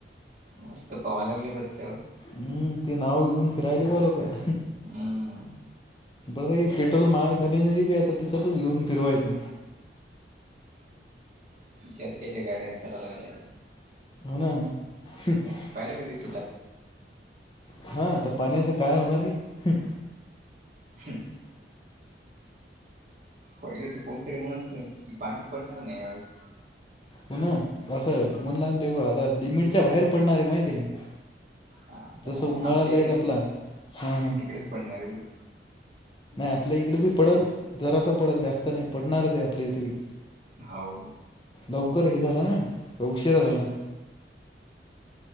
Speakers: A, on the right; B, on the left.
A: मस्त पोहायला लागले रस्त्यावर...
B: हम्म ते नाव घेऊन फिरायले बर पण...
A: हम्म
B: बरं पेट्रोल महाग झाले तरी बी आता तिच्यातच घेऊन फिरवायचं...
A: त्याच्या गाड्यान लावला लागले...
B: होना.
A: पाहिलं कधी सुटला
B: हा तर पाण्याच काय होणार आहे?
A: हम्म पहिले तर कोणतरी म्हणत की पाणीच पडणार नाही यावेेळेस.
B: हो ना असं म्हण ला तेव आता लिमिटच्या बाहेर पडणार आहे माहितीय आहे का.
A: आता
B: जसं उन्हाळा
A: आपल्या
B: लयत
A: इकडे नाही
B: आपला हां हां
A: तिकडेच पडणार आहे ते.
B: नाही आपल्या इकडे बी पडेल जरासा पडेल जास्त नाही पडणारच आहे आपल्या इथे बी.
A: हाव
B: लवकर हे झालं ना उशिरा झाला.